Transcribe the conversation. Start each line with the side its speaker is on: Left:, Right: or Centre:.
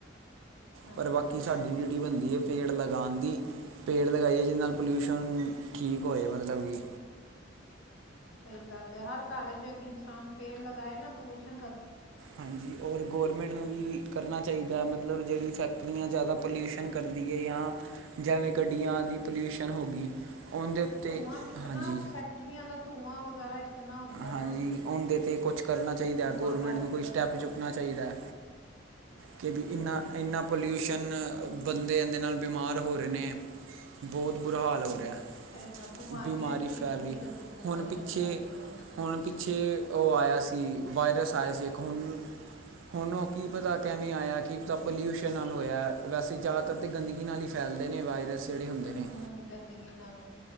Left: ਹਾਂਜੀ
Right: ਪਰ ਬਾਕੀ ਸਾਡੀ ਡਿਊਟੀ ਬਣਦੀ ਏ। ਪੇੜ ਲਗਾਉਣ ਦੀ ਪੇੜ ਲਗਾਈਏ ਜਿਹਦੇ ਨਾਲ ਪੋਲਿਊਸ਼ਨ ਠੀਕ ਹੋਏ ਮਤਲਬ ਕਿ
Left: ਸਹੀ ਗੱਲ ਹੈ। ਹਰ ਘਰ ਚ ਇੱਕ-ਇੱਕ ਇਨਸਾਨ ਪੇੜ ਲਗਾਏ ਨਾ ਪੂਸ਼ਣ
Right: ਹਾਂਜੀ। ਔਰ ਗੌਰਮੈਂਟ ਨੂੰ ਵੀ ਕਰਨਾ ਚਾਹੀਦਾ ਮਤਲਬ ਜਿਹੜੀ ਫੈਕਟਰੀਆਂ ਜਿਆਦਾ ਪੋਲਿਊਸ਼ਨ ਕਰਦੀ ਏ ਯਾਂ ਐਵੇਂ ਗੱਡੀਆਂ ਦੀ ਪੋਲਿਊਸ਼ਨ ਹੋ ਗਈ ਉਨ ਦੇ ਉੱਤੇ
Left: ਧੂੰਆਂ ਕਿਤਨਾ
Right: ਹਾਂਜੀ।
Left: ਫੈਕਟਰੀਆਂ ਦਾ ਧੂੰਆਂ ਵਗੈਰਾ ਇਤਨਾ ਹੁੰਦਾ
Right: ਹਾਂਜੀ
Left: ਨਾ
Right: ਉਹਦੇ ਤੇ ਕੁਛ ਕਰਨਾ ਚਾਹੀਦਾ
Left: ਧੂੰਆਂ
Right: ਗੌਰਮੈਂਟ
Left: ਕਰਕੇ
Right: ਨੂੰ ਕੋਈ ਸਟੈਪ
Left: ਹਾਂ
Right: ਚੁੱਕਣਾ ਚਾਹੀਦਾ ਕਿ ਵੀ ਇੰਨਾ
Left: ਹੂੰ
Right: ਇੰਨਾ ਪੋਲਿਊਸ਼ਨ ਬੰਦੇ ਇਹਦੇ ਨਾਲ ਬਿਮਾਰ ਹੋ ਰਹੇ ਨੇ ਬਹੁਤ ਬੁਰਾ ਹਾਲ ਹੋ ਰਿਹਾ
Left: ਸਹੀ ਗੱਲ ਬਿਮਾਰੀਆਂ
Right: ਬਿਮਾਰੀ
Left: ਇਤਨੀ
Right: ਫੈਲਦੀ
Left: ਗੰਦੀ ਗੰਦੀ ਬਿਮਾਰੀਆਂ
Right: ਹੁਣ ਪਿੱਛੇ
Left: ਫੈਲ ਰਹੀਆਂ
Right: ਹੁਣ ਛੇ ਉਹ ਆਇਆ ਸੀ ਵਾਇਰਸ ਆਇਆ ਸੀ ਇੱਕ ਹੁਣ ਹੁਣ ਉਹ ਕੀ ਪਤਾ ਕਿਵੇਂ ਆਇਆ ਕੀ ਪਤਾ ਪੋਲਿਊਸ਼ਨ ਨਾਲ ਹੋਇਆ ਵੈਸੇ ਜ਼ਿਆਦਾਤਰ ਤਾਂ ਗੰਦਗੀ ਨਾਲ ਹੀ ਫੈਲਦੇ ਨੇ ਵਾਇਰਸ ਜਿਹੜੇ ਹੁੰਦੇ
Left: ਹਮ
Right: ਨੇ
Left: ਹਮ ਗੰਦਗੀ ਨਾਲ